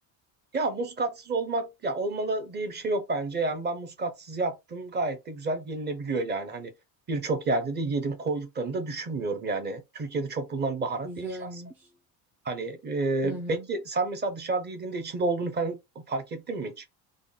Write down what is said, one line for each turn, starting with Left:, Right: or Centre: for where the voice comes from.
Right: Ya muskatsız olmak ya olmalı diye bir şey yok bence. Yani ben muskatsız yaptım gayet de güzel yenilebiliyor yani. Hani birçok yerde de yedim koyduklarını da düşünmüyorum yani. Türkiye'de çok bulunan bir baharat
Centre: Güzelmiş.
Right: değil şahsen. Hani e,
Centre: Hı hı.
Right: peki sen mesela dışarıda yediğinde içinde olduğunu falan fark ettin mi hiç?